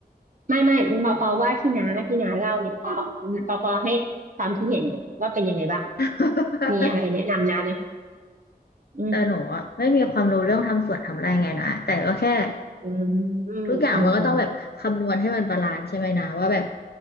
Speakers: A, on the right (about 55°); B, on the left (about 80°).
A: ไม่ไม่ปอปอว่าที่น้าที่น้าเล่าเนี่ยปอปอปอให้ความคิดเห็นว่าเป็นยังไงบ้างอะ
B: <laughs>
A: มีอะไรแนะนำน้าไหมอืม
B: แต่หนูอะไม่มีความรู้เรื่องทำสวนทำไร่ไงนะแต่ก็แค่
A: อืมอืมอืม
B: ทุกอย่างมันก็ต้องแบบคำนวณให้มันบาลานซ์ใช่ไหมนะว่าแบบ